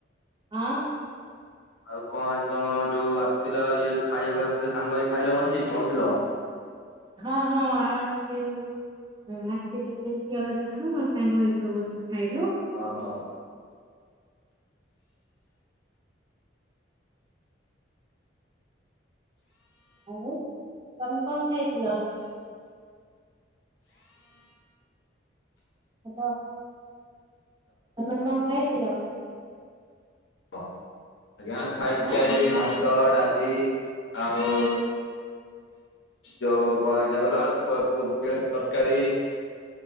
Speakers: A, on the right; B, on the left.
A: ହଁ।
B: ଆଉ କଣ ଆଜି ତମ ଯୋଉ ଆସିଥିଲ ଇଏ ଖାଇବାକୁ ଆସିଥିଲା ସାଙ୍ଗ ଏଇ ଖାଇଲ ବସିିକି କହୁ ଥିଲ।
A: ହଁ ହଁ ଆମର ସେଓ ହ ଆସିଥିଲେ ସେ ଝିଅ ହରିକା ହଁ ସାଙ୍ଗ ହେଇ ସବୁ ବସି ଖାଇଲୁ।
B: ହଁ ହଁ।
A: ଆଉ ତମେ କଣ ଖାଇଥିଲ? ହାଲୋ ତମେ କଁ ଖାଇଥିଲ?
B: ଅ ଆଜ୍ଞା ଖାଇଁକିଆଇଲି
A: ଆଁ
B: ଭାତ ଡାଲି ଆଉ ଯୋଉ କଣ ହେଇଥିଲା କଇଁଲ କୋବି ଆଳୁ ତରକାରୀ